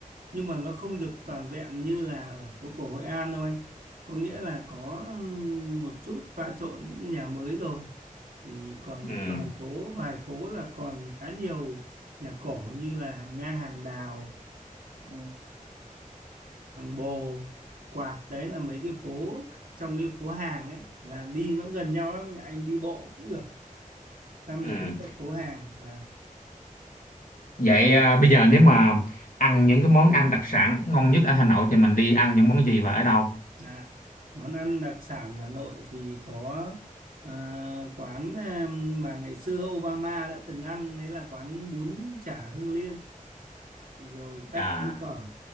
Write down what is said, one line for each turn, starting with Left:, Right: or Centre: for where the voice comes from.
Right: nhưng mà nó không được toàn vẹn như là ở phố cổ Hội An đâu anh có nghĩa là có ừ, một chút pha trộn những cái nhà mới rồi thì còn một
Left: Ừ.
Right: vài phố vài phố là còn khá nhiều nhà cổ như là hàng Nga hàng Đào ừ, hàng Bồ hàng Quạt đấy là mấy cái phố trong cái phố hàng ấy là đi nó gần nhau lắm anh ạ. anh đi bộ cũng được Sâm
Left: Ừ.
Right: được những chỗ phố hàng và
Left: Vậy à, bây giờ nếu mà ăn những cái món ăn đặc sản ngon nhất ở Hà Nội thì mình đi ăn những món gì và ở đâu?
Right: à, món ăn đặc sản Hà Nội thì có ờ, quán em, mà ngày xưa Obama đã từng ăn đấy là quán bún chả Hương Liên rồi các
Left: À.
Right: cái phở